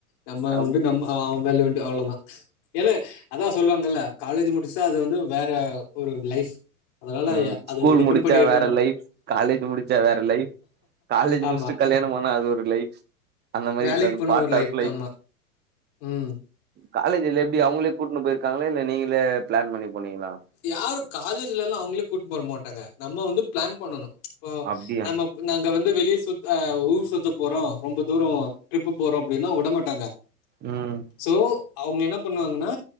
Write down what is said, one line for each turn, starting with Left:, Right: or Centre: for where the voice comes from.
Left: நம்ம
Right: அப்டி
Left: உண்டு நம்ம அவ வேல உண்டு அவ்ளதா ஏண அதா சொல்லுவாங்கல்ல காலேஜு முடிச்சா அது வந்து வேற ஒரு லைஃப் அதனால
Right: ம்
Left: எ அது
Right: ஸ்கூல்
Left: டிபெண்ட்
Right: முடிச்சா
Left: பண்ணி இருக்
Right: வேற லைஃப் காலேஜி முடிச்சா வேற லைஃப் காலேஜி
Left: ஆமா
Right: முடிச்ட்டு கல்யாண பண்ணா அது ஒரு லைஃப் அந்த மாரி
Left: வேலைக்கு
Right: தது
Left: போன
Right: பார்ட்
Left: ஒரு
Right: ஆஃப் லைஃப்
Left: ஆமா ம்
Right: காலேஜில எப்டி அவுங்களே கூட்னு போயிருக்காங்கள இல்ல நீங்களே பிளான் பண்ணி போனீங்ளா
Left: யாரு காலேஜ்லலா அவுங்ளே கூட் போர மாட்டாங்க நம்ம வந்து பிளான் பண்ணணு இப்போ
Right: அப்டியா
Left: நம்ம நாங்க வந்து வெளிய சுத் ஆ ஊர் சுத்த போறோ ரொம்ப தூரோ ட்ரிப்பு போறோ அப்டின்னா வுட மாட்டாங்க
Right: ம்
Left: சோ அவுங்க என்ன பண்ணுவாங்கனா